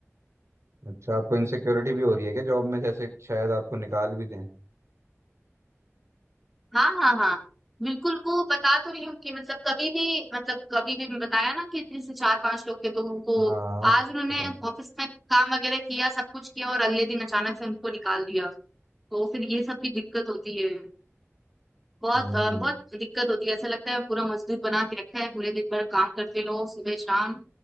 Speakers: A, on the right; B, in the centre.
A: अच्छा आपको इनसिक्योरिटी भी हो रही है क्या जॉब में जैसे शायद आपको निकाल भी दें
B: हाँ हाँ हाँ बिल्कुल वो बता तो रही हूँ कि मतलब कभी भी मतलब कभी भी बताया ना कि जैसे चार पांच लोग थे तो उनको
A: हाँ
B: आज उन्होंने
A: बताऊँ
B: ऑफिस में काम वगैरह किया सब कुछ किया और अगले दिन अचानक से उनको निकाल दिया तो फिर ये सब भी दिक्कत होती है बहुत
A: हम्म
B: अ, बहुत दिक्कत होती है ऐसा लगता है पूरा मजदूर बना के रखा है पूरे दिन भर काम करते रहो सुबह शाम